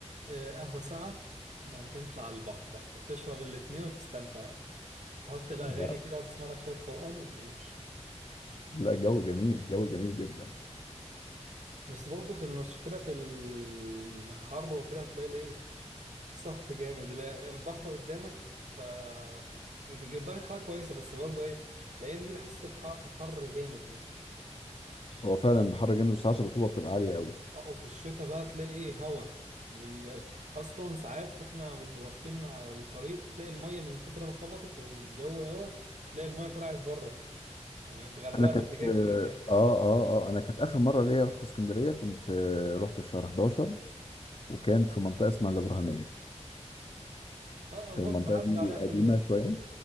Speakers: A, on the right; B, on the left.
A: آه، قهوة ساعة وبعد كده تطلع على البحر بقى وتشرب الاتنين وتستمتع تحط الأغاني
B: لا
A: كده تسمع لك شوية قرآن وتعيش
B: لا جو جميل جو جميل جدا
A: بس برضه في المشكلة في الحر وكده هتلاقي الايه سهط جامد اللي هي البحر قدامك ف في- درجة حرارة كويسة بس برضه ايه الأيام دي بحس بح- بحر جامد هناك
B: هو فعلا البحر جامد وساعات الرطوبه بتبقى عاليه قوي
A: اه وفي الشتاء بقى تلاقي ايه هوا لل- أصلا ساعات واحنا بنبقى واقفين على الطريق تلاقي المية من كتر ما خبطت والجو هوا تلاقي المية طلعت بره يعني اتغرقنا
B: انا كانت
A: قبل كده
B: اه
A: كتير يعني
B: اه اه انا كانت اخر مره ليا رحت اسكندريه كنت آه، رحت في شهر 11 وكان في منطقه اسمها الابراهيميه
A: اه برضه
B: المنطقة
A: بعدي
B: دي
A: عليها كل
B: قديمة
A: يوم
B: شوية